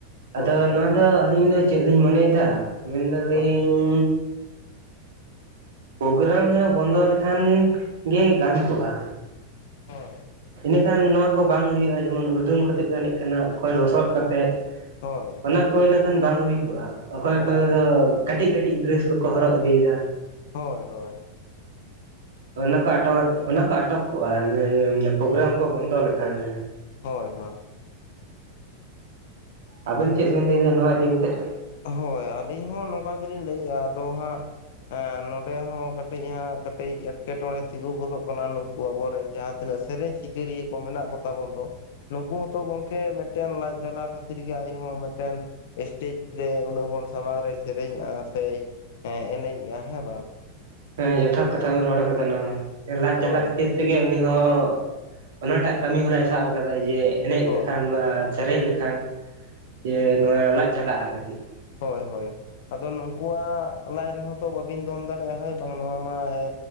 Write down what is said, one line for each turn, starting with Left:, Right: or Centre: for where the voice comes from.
Right: ᱟᱫᱚ
Left: ᱦᱳᱭ ᱦᱳᱭ
Right: ᱱᱚᱣᱟ ᱫᱚ ᱟᱹᱞᱤᱧ ᱫᱚ ᱪᱮᱜ ᱞᱤᱧ ᱢᱚᱱᱮᱭ ᱫᱟ? ᱢᱮᱱ ᱫᱟᱨᱤᱧᱼᱼ
Left: ᱦᱳᱭ
Right: ᱯᱨᱳᱜᱽᱨᱟᱢ ᱦᱮᱸ ᱵᱚᱱᱫᱚ ᱞᱮᱠᱷᱟᱱ ᱜᱮ ᱜᱟᱱ ᱠᱚᱜ-ᱟ᱾
Left: ᱦᱚᱭ᱾
Right: ᱮᱸᱰᱮᱠᱷᱟᱱ ᱱᱚᱣᱟ ᱠᱚ ᱵᱟᱝ ᱦᱩᱭᱩᱜ-ᱟ ᱡᱮᱢᱚᱱ ᱩᱲᱫᱩᱝ ᱠᱟᱛᱮ ᱠᱚ ᱮᱱᱮᱡ ᱠᱟᱱᱟ ᱚᱠᱚᱭ ᱞᱚᱥᱚᱫ ᱠᱟᱛᱮᱜ᱾
Left: ᱦᱚᱭ᱾
Right: ᱚᱱᱟ ᱠᱚ ᱤᱱᱟᱹ ᱠᱷᱟᱱ ᱵᱟᱝ ᱦᱩᱭ ᱠᱚᱜ-ᱟ ᱚᱠᱚᱭ ᱚᱠᱚᱭ
Left: ᱵᱟᱝ
Right: ᱫᱚ
Left: ᱦᱳᱭ
Right: ᱠᱟᱴᱤᱡ ᱠᱟᱹᱴᱤᱡ ᱰᱮᱨᱮᱥ ᱠᱚᱠᱚ ᱦᱚᱨᱚᱜ ᱤᱫᱤ ᱭᱮᱫᱟ᱾
Left: ᱦᱚᱭ ᱦᱚᱭ᱾
Right: ᱦᱚᱭ ᱚᱱᱟ ᱠᱚ ᱟᱴᱚᱠ ᱟᱫ ᱚᱱᱟ ᱠᱚ ᱟᱴᱚᱠ ᱠᱚᱜ-ᱟ <unintelligible> ᱯᱨᱳᱜᱽᱨᱟᱢ ᱠᱚ ᱵᱚᱱᱫᱚ ᱞᱮᱠᱷᱟᱱ ᱦᱮᱸ᱾
Left: ᱦᱚᱭ ᱦᱚᱭ᱾
Right: ᱟᱵᱮᱱ ᱪᱮᱫ ᱵᱮᱱ ᱞᱟᱹᱭ ᱫᱟ ᱱᱚᱣᱟ ᱤᱫᱤ ᱠᱟᱛᱮᱜ?
Left: ᱦᱚᱭ ᱟᱞᱤᱧ ᱦᱚᱸ ᱱᱚᱝᱠᱟ ᱜᱮᱞᱤᱧ ᱞᱟᱹᱭᱮᱜ-ᱟ ᱟᱫᱚ ᱦᱟᱸᱜ᱾ ᱮᱸ ᱱᱚᱸᱰᱮ ᱦᱚᱸ ᱠᱟᱴᱤᱡ ᱦᱟᱸᱜ ᱠᱟᱹᱴᱤᱡ ᱮᱴᱠᱮᱴᱚᱬᱮ ᱛᱤᱸᱜᱩ ᱜᱚᱫᱚᱜ ᱠᱟᱱᱟ ᱱᱩᱠᱩ ᱟᱵᱚ ᱨᱮᱱ ᱡᱟᱦᱟᱸ ᱛᱤᱱᱟᱹᱜᱥᱼᱼ ᱥᱮᱨᱮᱧ ᱥᱤᱠᱟᱹᱨᱤᱭᱟᱹ ᱠᱚ ᱢᱮᱱᱟᱜ ᱠᱚᱛᱟ ᱵᱚᱱ ᱫᱚ᱾ ᱱᱩᱠᱩ ᱦᱚᱸᱛᱚ ᱜᱚᱝᱠᱮ ᱢᱮᱫᱴᱮᱱ ᱞᱟᱡ ᱡᱟᱞᱟ ᱠᱷᱟᱛᱤᱨ ᱜᱮ ᱟᱡ ᱦᱚᱸ ᱢᱮᱫᱴᱮᱱ ᱮᱥᱴᱮᱡᱽᱼᱼ ᱡᱮ ᱩᱱᱟᱹᱜ ᱦᱚᱲ ᱥᱟᱢᱟᱝ ᱨᱮ ᱥᱮᱨᱮᱧᱮᱜ-ᱟ ᱥᱮᱡ ᱮᱱᱮᱡᱮᱜ-ᱟ ᱦᱮᱸ ᱵᱟᱝ᱾
Right: ᱦᱮᱸ ᱡᱚᱛᱷᱟᱛ ᱠᱟᱛᱷᱟ ᱵᱮᱱ ᱨᱚᱲ ᱠᱟᱫᱟ ᱱᱚᱶᱟ ᱦᱚᱸ ᱞᱟᱡ ᱡᱟᱞᱟ
Left: ᱦᱳᱭ
Right: ᱠᱷᱟᱹᱛᱤᱨᱼᱼ ᱛᱮ ᱜᱮ ᱩᱱᱤ ᱦᱚᱸ ᱚᱱᱟ ᱴᱟᱜ ᱠᱟᱢᱤ ᱦᱚᱨᱟᱭ ᱥᱟᱵ ᱟᱠᱟᱫᱟᱭ ᱡᱮ ᱮᱱᱮᱡ
Left: ᱦᱳᱭ
Right: ᱞᱮᱠᱷᱟᱱ ᱵᱟᱝᱼᱼ ᱥᱮᱨᱮᱧ ᱞᱮᱠᱷᱟᱱ ᱡᱮ ᱱᱚᱣᱟ ᱞᱟᱡ ᱪᱟᱞᱟᱜ-ᱟ ᱠᱟᱹᱴᱤᱡ᱾
Left: ᱦᱳᱭ ᱦᱳᱭ᱾ ᱟᱫᱚ ᱱᱩᱠᱩᱣᱟᱜ ᱞᱟᱡ ᱨᱮᱦᱚᱸ ᱛᱚ ᱵᱟᱹᱵᱤᱱ ᱫᱚᱱ ᱫᱟᱲᱮᱭᱟᱜ-ᱟ ᱦᱳᱭ ᱵᱟᱝ ᱱᱚᱣᱟ ᱢᱟ ᱮᱼᱼ